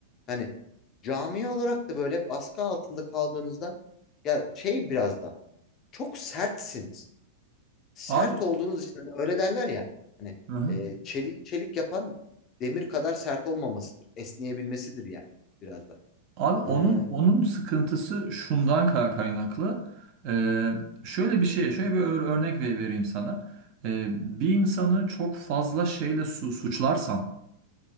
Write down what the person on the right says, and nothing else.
abi
hı hı.
abi onun
onun sıkıntısı şundan ka- kaynaklı. Ee, şöyle bir şey, şöyle bir ör- örnek ve- vereyim sana. Ee, bir insanı çok fazla şeyle su- suçlarsan